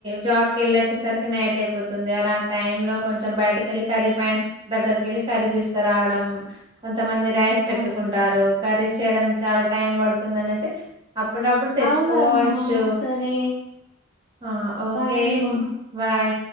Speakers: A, on the right; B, on the left.
A: జాబ్కి ఎళ్ళి వచ్చేసరికి నైట్ అయిపోతుంది అలాంటి టైమ్లో కొంచెం బయటిక్ కెళ్ళి కర్రీ పాయాంట్స్ దగ్గరిక వెళ్ళి కర్రీ తీసుకురావడం కొంతమంది రైస్ పెట్టుకుంటారు
B: అవును
A: కర్రీ చేయడం చాలా టైం పడుతుంది అనేసి అప్పుడప్పుడు తెచ్చుకోవచ్చు
B: అవునమ్మా సరే
A: ఆ ఓకేం
B: బాయ్ అమ్మా
A: బాయ్